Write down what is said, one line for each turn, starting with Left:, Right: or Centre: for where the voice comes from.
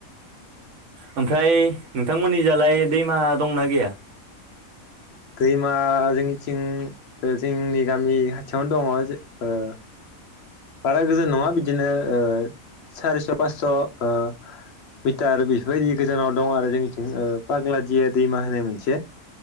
Right: ओमफ्राय नोंथांमोननि जालाय दैमा दंना गैया।
Left: दैमा जोंनिथिं जोंनि गामि खाथियावनो दङ। बारा गोजान नङा बिदिनो ओ सारिस पासस ओ। मिटार बेफोरबायदि गोजानाव दं आरो जोंनिथिं पाग्लादिया दैमा होनाय मोनसे।